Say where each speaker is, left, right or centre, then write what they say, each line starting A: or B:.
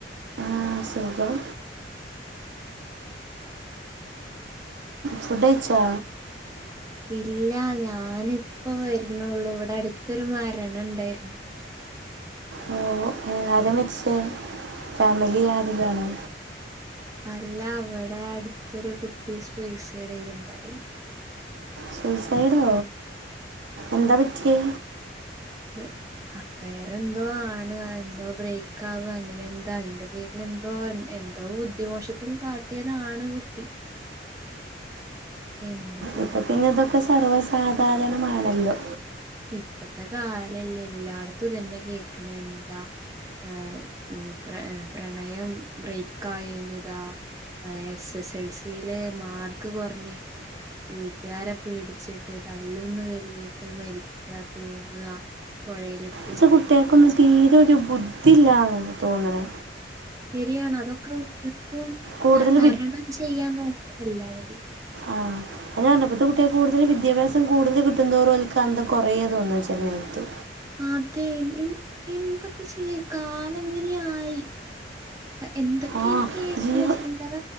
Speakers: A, on the right; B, on the right.
A: ആ സുഖം ഫുഡ്‌ കയിച്ചോ
B: ഇല്ല ഞാനിപ്പ വരുണുനുള്ളൂ ഇവിടെ അടുത്തൊരു മരണം ഉണ്ടായിരുന്നു
A: ഓ ആരാ മരിച്ചേ ഫാമിലി ആരെലുംയാണോ
B: അല്ല ഇവിടെ അടുത്തൊരു കുട്ടി സൂയിസൈഡ് ചെയ്തുണ്ടായി
A: സൂസൈഡോ എന്താ പറ്റിയെ
B: ഏഹ് <unintelligible> അഫയർ എന്തോ ആണ് എന്തോ ബ്രേക്ക് ആവ്ക അങ്ങനെ എന്താ അയിന്റെ പേരില എന്തോ- എന്തൊ ബുദ്ധിമോശത്തിൽ കാട്ടിയതാണ് കുട്ടി എന്ത-
A: ഇപ്പം പിന്നെ ഇതൊക്കെ സർവ്വസാധാരണമാണല്ലോ
B: ഇപ്പത്തെ കാലല്ലേ എല്ലാട്ത്തും ഇതന്നെ കേക്കണ് എന്താ ആ പ്ര പ്രണയം ബ്രേക്ക് ആയെന്റെ ഇതാ ആ എസ് എസ് എൽ സയില് മാർക്ക് കൊറഞ്ഞെ വീട്ടുകാരെ പേടിച്ചിട്ട് തല്ലൊന്ന് കരുതിട്ട് മരിക്ക- തൂങ്ങുക പൊഴയില് എടു-
A: ഇപ്പോത്തെ കുട്ടികക്കൊന്നും തീരെ ഒരു ബുദ്ധി ഇല്ലാന്ന് തോന്നണ്
B: ശരിയാണ് അതൊക്കെന്നിട്ടും
A: കൂടുതൽ
B: ത തരണം ചെയ്യാൻ നോക്കുവാ എല്ലാവരും
A: ആഹ് ഇപ്പോഴത്തെ പറഞ്ഞപ്പോത്തെ കുട്ടിയെ അതപറഞ്ഞെ ഇപ്പൊത്ത കുട്ടികൾക്ക് കൂടുതൽ വിദ്യാഭ്യാംസം കൂടുതൽ കിട്ടുന്നതോറും ഓര്ക്ക് അന്തം കുറയേ തോന്നുന്നു ചെല നേരത്ത്
B: അതെ എ എന്തപ്പ ചെയ്യ കാല് ഇങ്ങനെയായി എന്തൊക്കെ
A: ആ
B: അയിന് കേക്കണേ
A: ജീവ
B: ചില്ലറ